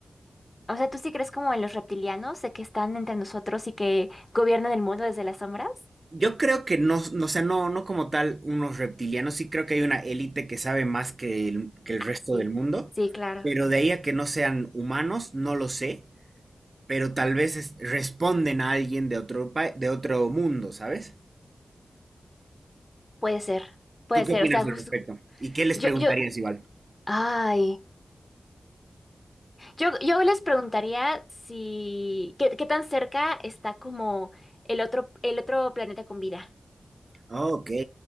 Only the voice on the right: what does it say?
Yo creo que no, no, o sea, no, no como tal unos reptilianos, sí creo que hay una élite que sabe más que el, que el
resto
del mundo,
pero de ahí a que no sean humanos, no lo sé, pero tal vez es- responden a alguien de otro, pa- de otro mundo, ¿sabes?
¿Tú qué
opinas
al
respecto? ¿Y qué les
preguntarías
igual?
Ok,